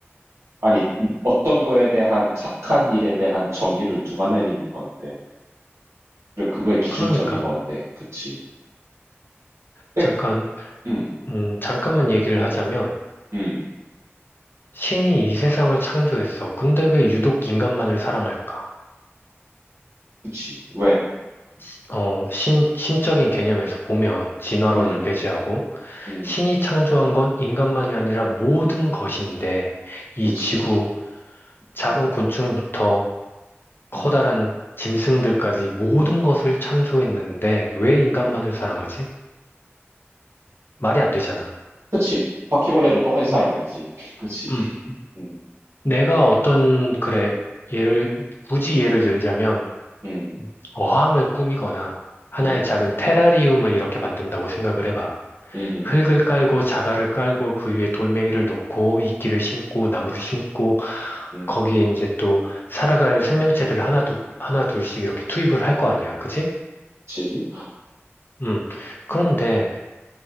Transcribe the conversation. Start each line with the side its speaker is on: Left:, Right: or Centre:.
Right: 아니, 음, 어떤 거에 대한 착한 일에 대한 정의를 누가 내리는 건데, 그리고 그거의 기준점이
Left: 그러니까
Right: 뭔데, 그치? 백,
Left: 잠깐
Right: 음,
Left: 음, 잠깐만 얘기를 하자면
Right: 음,
Left: 신이 이 세상을 창조했어. 근데 왜 유독 인간만을 사랑할까?
Right: 그치. 왜,
Left: 시- 어, 신, 신적인 개념에서 보면 진화론을
Right: 음,
Left: 배제하고
Right: 음,
Left: 신이 창조한 건 인간만이 아니라 모든 것인데 이
Right: 그치.
Left: 지구, 작은
Right: 음,
Left: 곤충부터 커다란
Right: 음,
Left: 짐승들까지 모든 것을 창조했는데 왜 인간만을 사랑하지? 말이 안 되잖아.
Right: 그치. 바퀴벌레도 똑같이
Left: 네.
Right: 사랑해야지. <laughs> 그치.
Left: 음,
Right: 음,
Left: 내가 어떤, 그래, 예를, 굳이 예를 들자면
Right: 음,
Left: 어항을 꾸미거나 하나의
Right: 음,
Left: 작은 테라리움을 이렇게 만든다고 생각을 해봐.
Right: 음,
Left: 흙을 깔고 자갈을 깔고 그 위에 돌멩이를 놓고 이끼를 심고 나무를 심고
Right: 음,
Left: 거기에 이제 또 살아갈 생명체들을 하나 둘 하나 둘씩 이렇게 투입을 할 거 아니야. 그지?
Right: 그치.
Left: 음. 그런데